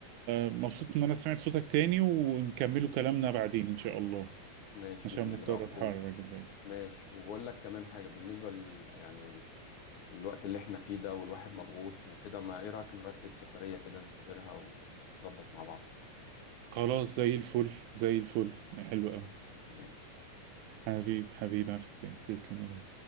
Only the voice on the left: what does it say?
ماشي
باذن
الله
ماشي وبقول لك كمان حاجة بالنسبة ل... يعني ال... الوقت اللي احنا فيه ده والواحد مضغوط وكده ما ايه رأيك نرتب سفرية كده نسافرها ونظبط مع بعض
خلاص
ماشي